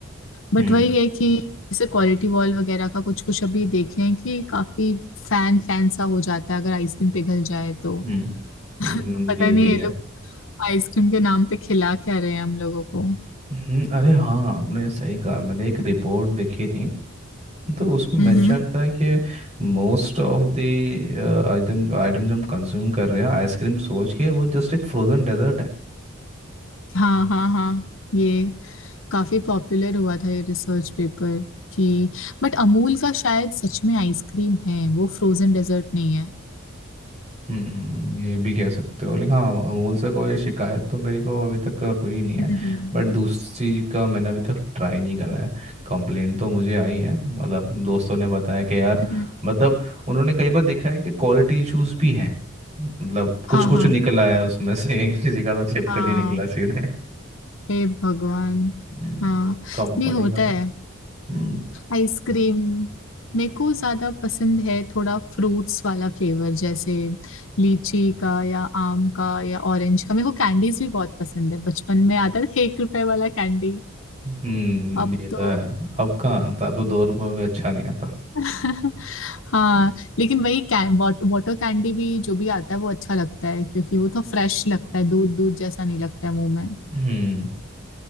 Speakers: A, on the left; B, on the right.
A: बट
B: हम्म
A: वही है कि जैसे क्वालिटी वॉल वगैरह का कुछ कुछ अभी देखे हैं कि काफी फैन फैन सा हो जाता है अगर आइसक्रीम पिघल जाए तो
B: हम्म हम्म,
A: तो पता
B: ये भी
A: नहीं ये
B: है
A: लोग आइसक्रीम के नाम पे खिला क्या रहे हैं हम लोगों को
B: हम्म, अरे हाँ आपने सही कहा मैंने एक रिपोर्ट देखी थी तो उसमें मेंशन
A: हम्म
B: था कि most of the item item जो हम कंज्यूम कर रहे हैं आइसक्रीम सोच के वो जस्ट एक फ्रोजन डेजर्ट है
A: हाँ हाँ हाँ ये काफी पॉपुलर हुआ था ये रिसर्च पेपर कि बट अमूल का शायद सच में आइसक्रीम है वो फ्रोजन डेजर्ट नहीं है
B: हम्म ये भी कह सकते हो लेकिन हाँ अमूल से कोई शिकायत तो मेरे को अभी तक हुई नहीं
A: हम्म
B: है बट दूसरी का मैंने अभी तक ट्राई नहीं करा है कंप्लेंट तो मुझे आई है मतलब दोस्तों ने बताया कि यार
A: हम्म
B: मतलब उन्होंने कई बार देखा है कि क्वालिटी इश्यूज भी हैं मतलब कुछ
A: हाँ
B: कुछ
A: हाँ
B: निकला है उसमें से <laughs> किसी का तो छिपकली
A: हाँ
B: निकला सीधे
A: हे भगवान
B: हम्म,
A: हाँ
B: तो कंपनी
A: नहीं होता
B: का तो
A: है
B: हम्म
A: आइसक्रीम मेरे को ज्यादा पसंद है थोड़ा फ्रूट्स वाला फ्लेवर जैसे लीची का या आम का या ऑरेंज का मेरे को कैंडीज भी बहुत पसंद है बचपन में आता था एक रुपए वाला कैंडी
B: हम्म
A: अब
B: ये
A: तो
B: तो है अब कहाँ आता अब तो दो रुपये भी अच्छा नहीं आता
A: <laughs> हाँ लेकिन वही कैं वाटर कैंडी भी जो भी आता है वो अच्छा लगता है क्योंकि वो तो फ्रेश लगता है दूध दूध जैसा नहीं लगता है मुंह में
B: हम्म